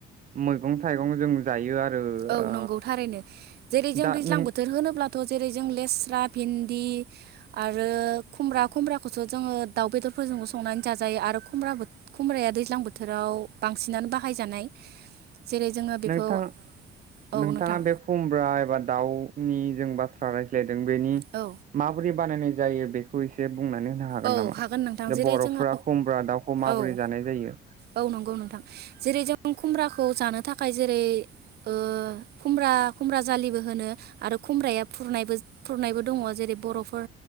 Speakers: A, on the right; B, on the right.
A: मैगं थाइगं जों जायो आरो।
B: औ
A: ओ
B: नंगौ थारैनो जेरै जों
A: दा
B: दैज्लां
A: नों
B: बोथोर होनोब्लाथ' जेरै जों लेस्रा भिन्दि आरो खुमब्रा खुमब्राखौस' जोङो दाउ बेदरफोरजोंबो संनानै जाजायो आरो खुमब्राया दैज्लां बोथोराव बांसिनानो बाहायजानाय जेरै जोङो बेखौ
A: नोंथाङा
B: औ
A: नोंथाङा
B: नोंथां
A: बे खुमब्रा एबा दाउ जों बाथ्रा रायज्लाय। बेनि
B: औ
A: माबोरै बानायनाय जायो बेखौ एसे बुंनानै होनो हागोन
B: औ
A: नामा
B: नोंथां
A: जे
B: जेरै
A: बरफ्रा
B: जोङो
A: खुमब्रा दाउखौ माबोरै
B: औ
A: जानाय जायो।
B: औ नंगौ नोंथां जेरै जों खुमब्राखौ जानो थाखाय जेरै ओ खुमब्रा खुमब्रा जाालिबो होनो आरो खुमब्राया फुरनायबो फुरनायबो दङ जेरै बर'फोर